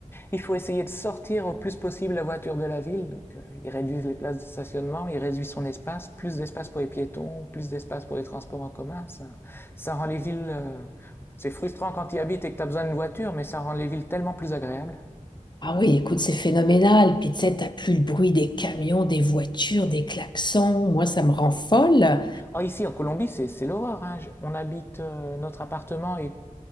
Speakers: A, on the left; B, on the left.
A: il faut essayer de sortir au plus possible la voiture de la ville. Donc euh, ils réduisent les places de stationnement, ils réduisent son espace, plus d'espace pour les piétons, plus d'espace pour les transports en commun. Ça, ça rend les villes... euh, c'est frustrant quand tu y habites et que tu as besoin d'une voiture, mais ça rend les villes tellement plus agréables.
B: ah oui, écoute, c'est phénoménal. Puis tu sais, t'as plus le bruit des camions, des voitures, des klaxons. Moi, ça me rend folle.
A: Oh, ici, en Colombie, c'est c'est l'horreur. hein. Je- On habite euh, notre appartement et